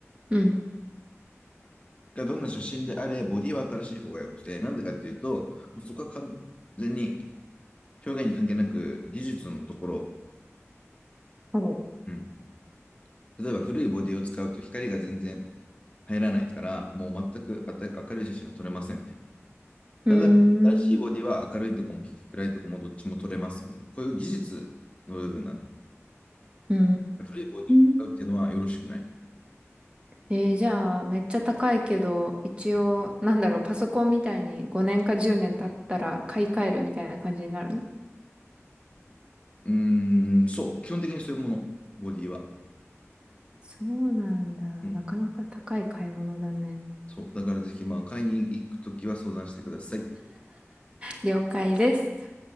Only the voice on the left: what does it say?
がどんな写真であれ、ボディは新しい方が良くて、なんでかっていうと、そこは完全に表現に関係なく技術のところ、
うん、例えば古いボディを使うと光が全然入らないから、もう全く明るい写真は撮れませんみた
いな。ただ、新しいボディは明るいとこも暗いとこもどっちも撮れますみたいな。こういう技術の部分なんで。
古いボディを使うっていうのはよろしくない。
う
うーんそう。基本的にそういうもの、ボディは。
うんそう。だからぜひ、まあ、買いに行くときは相談してください。